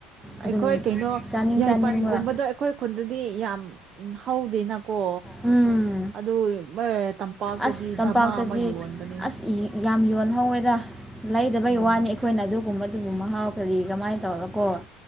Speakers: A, in the centre; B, on the right (about 45°).
A: ꯑꯗꯨꯝ
B: ꯑꯩꯈꯣꯏ ꯀꯩꯅꯣ
A: ꯆꯥꯅꯤꯡ
B: ꯌꯥꯏꯄꯟꯒꯨꯝꯕꯗꯣ
A: ꯆꯥꯅꯤꯡꯕ
B: ꯑꯩꯈꯣꯏ ꯈꯨꯟꯗꯗꯤ ꯌꯥꯝ ꯍꯧꯗꯦꯅ ꯀꯣ
A: ꯎꯝ
B: ꯑꯗꯨ ꯇꯝꯄꯥꯛꯇꯗꯤ
A: ꯑꯁ ꯇꯝꯄꯥꯛꯇꯗꯤ
B: ꯙꯃꯥ ꯑꯃ ꯌꯣꯟꯕꯅꯦ
A: ꯑꯁ ꯏ- ꯌꯥꯝ ꯌꯣꯟꯍꯧꯋꯦꯗ ꯂꯩꯗꯕꯩ
B: ꯎꯝ
A: ꯋꯥꯅꯤ ꯑꯩꯈꯣꯏꯅ ꯑꯗꯨꯒꯨꯝꯕ ꯑꯗꯨꯕꯨ ꯃꯍꯥꯎ ꯀꯔꯤ ꯀꯃꯥꯏꯅ ꯇꯧꯔꯀꯣ